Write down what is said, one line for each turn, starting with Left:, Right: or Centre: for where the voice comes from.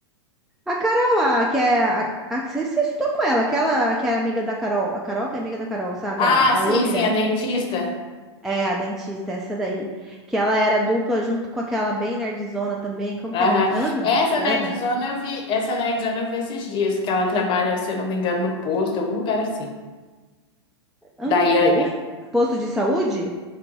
Centre: A Carol, a, que é. A, a, você, você estudou com ela, aquela que era amiga da Carol, a Carol que é amiga da Carol, sabe?
Left: Ah,
Centre: A,
Left: sim,
Centre: a loira.
Left: sim, a dentista.
Centre: É, a dentista, essa daí. Que ela era dupla junto com aquela bem nerdzona também. Como
Left: Aham.
Centre: que era? o nome? Ana?
Left: Essa
Centre: Ana?
Left: nerdzona eu vi, essa nerdzona eu vi esses dias, que ela trabalha, se eu não me engano, no posto, em algum lugar assim.
Centre: Ana
Left: Daiane.
Centre: Posto? Posto de saúde?